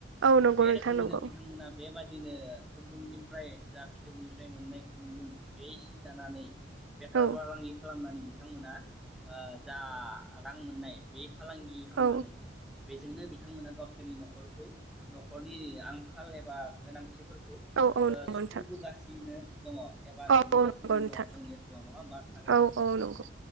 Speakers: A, on the right; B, in the centre.
A: औ
B: थिग
A: नंगौ
B: बे
A: नोंथां
B: रोखोमैनो
A: नंगौ
B: बिथांमोना बेबादि बिदिनो खुन्दुंनिफ्राय जा फिथोबनिफ्राय मोननाय खुन्दुं बे सि दानानै बेफार
A: औ
B: फालांगि खालामनानै बिथांमोना ओ जा रां मोननाय बे फालांगि खालामनानै
A: औ
B: बेजोंनो बिथ बिथांमोना गावसोरनि न'खरखौ न'खरनि आंखाल एबा गोनांथिफोर खौ
A: औ औ
B: ओ
A: नंगौ नोंथां
B: सुफुंबोगासिनो दङ एबा
A: औ
B: नुबोगासिनो
A: औ नंगौ नोंथां
B: दङ जोंनि ओनसोलाव नङा होमबा थारैनो
A: औ औ नंगौ